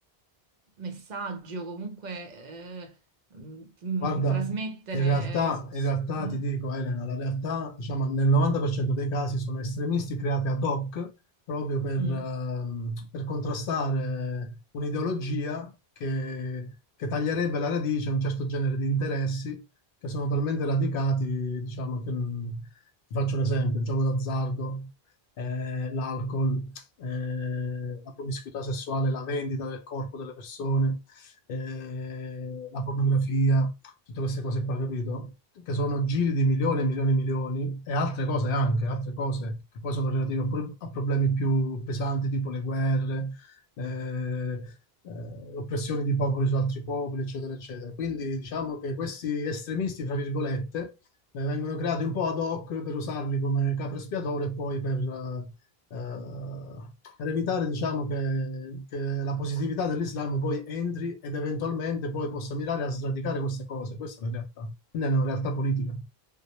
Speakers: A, on the right (about 55°); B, on the left (about 65°).
A: messaggi o comunque eh, mm, mm,
B: Guarda,
A: trasmettere.
B: in realtà,
A: eh, s-
B: in realtà
A: eh,
B: ti dico, Elena, la realtà, diciamo, nel 90% dei casi sono estremisti creati ad hoc proprio per,
A: mm.
B: ehm, per contrastare un'ideologia che, che taglierebbe la radice a un certo genere di interessi che sono talmente radicati, diciamo, che, mh, ti faccio un esempio, il gioco d'azzardo, eh, l'alcol, eh, la promiscuità sessuale, la vendita del corpo delle persone eh, la pornografia, tutte queste cose qua, capito? Che sono giri di milioni e milioni e milioni e altre cose anche, altre cose che poi sono relative pure a problemi più pesanti, tipo le guerre, eh, eh, oppressioni di popoli su altri popoli, eccetera, eccetera. Quindi diciamo che questi estremisti, fra virgolette, eh, vengono creati un po' ad hoc per usarli come capro espiatorio e poi per, eh, eh, per evitare, diciamo, che, che la positività dell'Islam poi entri ed eventualmente poi possa mirare a sradicare queste cose. Questa è la realtà. Quindi è una realtà politica.